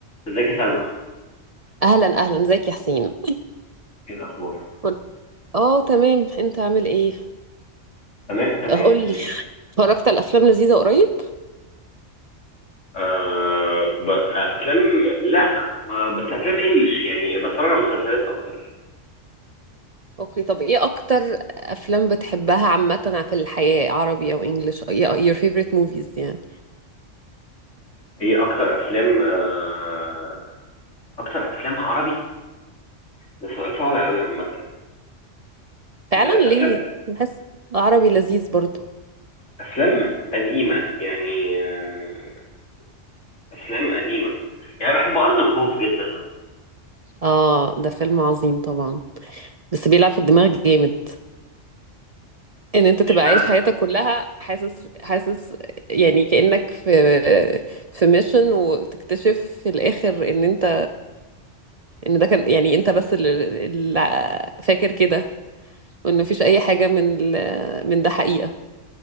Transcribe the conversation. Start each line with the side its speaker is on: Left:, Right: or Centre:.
Left: ازيك يا سلمى
Right: اهلا اهلا ازيك يا حسين
Left: ايه الاخبار
Right: قول- اه تمام انت عامل ايه
Left: تمام تمام
Right: قول لي
Left: تمام
Right: اتفرجت على افلام لذيذه قريب
Left: آه ب... آه، افلام لا ما... بس افلام انجلش يعني بتفرج على مسلسلات اكتر
Right: اوكي طب ايه اكتر افلام بتحبها عامه في الحياه عربي او انجليش your favorite movies يعني
Left: ايه اكتر افلام آه... اكتر افلام عربي ده سؤال صعب قوي عامه آه
Right: فعلا
Left: افلام
Right: ليه بحس عربي لذيذ برضو
Left: افلام قديمه يعني آه... افلام قديمه يعني بحب ارض الخوف جدا مثلا
Right: اه ده فيلم عظيم طبعا بس بيلعب في الدماغ جامد ان انت تبقى
Left: اشمعنى
Right: عايش حياتك كلها حاسس حاسس يعني كأنك في في ميشن وتكتشف في الاخر ان انت ان ده كان يعني انت بس اللي اللي فاكر كده وان مفيش اي حاجه من ال- من ده حقيقه